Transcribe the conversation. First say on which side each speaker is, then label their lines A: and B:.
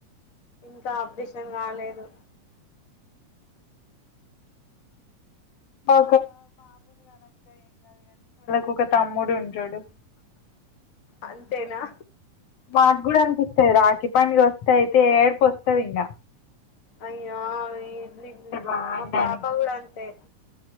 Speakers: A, on the left; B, on the left.
A: ఇంకా అప్టిషన్ కాలేదు
B: అ ఓక్
A: అంతేనా
B: మాకు కూడా అనిపిస్తది రాకిీ పండుగ వస్తే అయితే ఏడుపు వస్తది ఇంగా
A: అయ్యో ఆమె ఇడ్లీ తినదు
B: బాగుండని
A: మా పాప కూడా అంతే